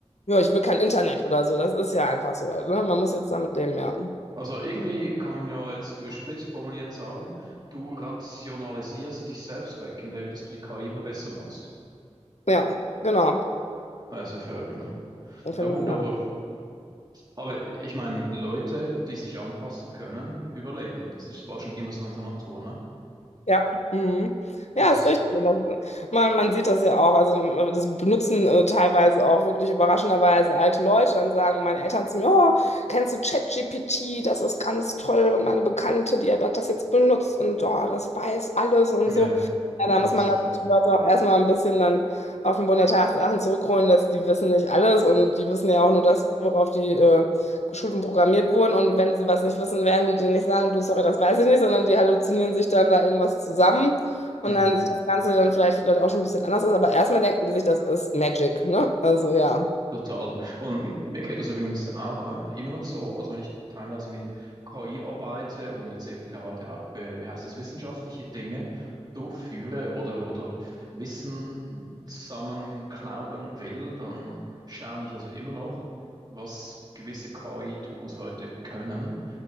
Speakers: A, on the left; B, on the right.
A: ja, ich will kein Internet oder so. Das ist ja einfach so. Ne? Man muss jetzt damit leben, ja.
B: Also irgendwie kann man ja jetzt überspitzt formuliert sagen, du rationalisierst dich selbst weg, indem dass du die KI immer besser machst.
A: Ja, genau.
B: Das ist ja verrückt, ne?
A: Ich finde
B: Na gut,
A: es
B: aber, aber ich meine, Leute, die sich anpassen können, überleben. Das ist, war schon immer so in der Natur, ne?
A: Ja, mhm. Ja,
B: Das
A: ist richtig. Und das, man, man sieht das ja auch. Also, äh, das benutzen äh, teilweise auch wirklich überraschenderweise alte Leute. Dann sagen meine Eltern zu mir: Oh, kennst du ChatGPT? Das ist ganz toll. Und meine Bekannte, die hat das jetzt benutzt und oh, das weiß alles und
B: Ja, ja,
A: so. Ja,
B: Ja,
A: da muss
B: das
A: man
B: ist verrückt.
A: natürlich die Leute auch erstmal ein bisschen dann auf den Boden der Tatsachen zurückholen, dass die wissen nicht alles und die wissen ja auch nur das, worauf die äh, Schulen programmiert wurden und wenn sie was nicht wissen, werden die dir nicht sagen, du, sorry, das weiß ich nicht, sondern die halluzinieren sich dann da irgendwas zusammen und
B: Mhm.
A: dann sieht das Ganze dann vielleicht, vielleicht auch schon ein bisschen anders aus, aber erstmal denken die sich, das ist Magic, ne? Also ja.
B: Total. Und mir geht das übrigens auch äh, immer noch so. Also wenn ich teilweise mit KI arbeite und jetzt eben gerade auch, äh, wie heißt das, wissenschaftliche Dinge durchführe oder, oder Wissen zusammenklauben will, dann staune ich also immer noch, was gewisse KI-Tools heute können.